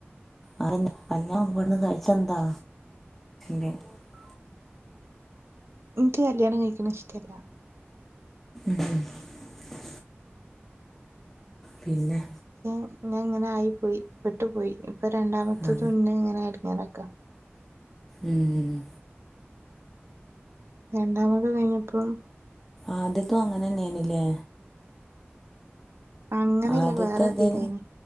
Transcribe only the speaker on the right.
എനിക്ക് കല്യാണം കഴിക്കണ ഇഷ്ട്ടല്ല.
ഉം ഞ അങ്ങനായി പോയി പെട്ടു പോയി ഇപ്പോ രണ്ടാമത്തതും
ഇന്നെ ഇങ്ങനെ എടങ്ങേറാക്ക.
രണ്ടാമത് കയിഞ്ഞപ്പം
അങ്ങനെല്ല
വേറെ ഇതിലേനി